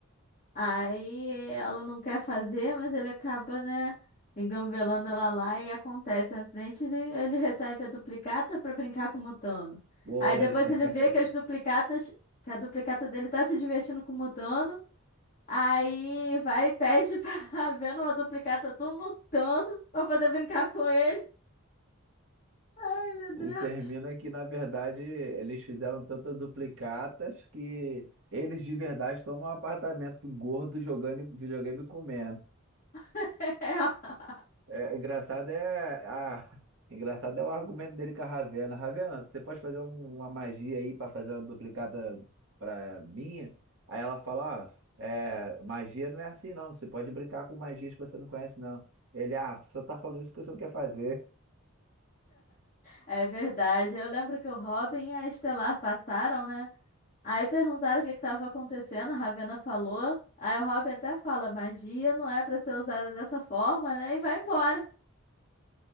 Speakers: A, on the left; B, on the right.
A: Aí ela não quer fazer, mas ele acaba, né, engambelando ela lá e acontece um acidente, ele, ele recebe a duplicata pra brincar com o Mutano.
B: <laughs>
A: Aí depois ele vê que as duplicatas,
B: é.
A: que a duplicata dele tá se divertindo com o Mutano. Aí vai e pede pra <laughs> ver numa duplicata do Montano pra poder brincar com ele. Ai, meu
B: E
A: Deus.
B: termina que, na verdade, eles fizeram tantas duplicatas que eles de verdade estão num apartamento gordo jogando videogame e comendo.
A: <laughs>
B: É, é engraçado é a, engraçado é o argumento dele com a Ravena. Ravena, você pode fazer um- uma magia aí para fazer uma duplicata para minha? Aí ela fala, ó, é, magia não é assim não. Você pode brincar com magias que você não conhece não. Ele, ah, você só tá falando isso porque você não quer fazer.
A: É verdade. Eu lembro que o Robin e a Estelar passaram, né? Aí perguntaram o que que estava acontecendo, a Ravena falou. Aí o Robin até fala, magia não é pra ser usada dessa forma, né? E vai embora.